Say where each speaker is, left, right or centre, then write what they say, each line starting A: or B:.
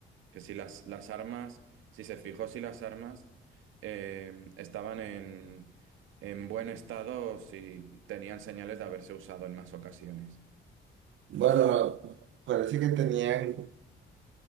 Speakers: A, on the right; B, on the right.
A: Que si las, las armas, si se fijó si las armas em, estaban en, en buen estado, si tenían señales de haberse usado en más ocasiones.
B: Bueno, parece que tenían,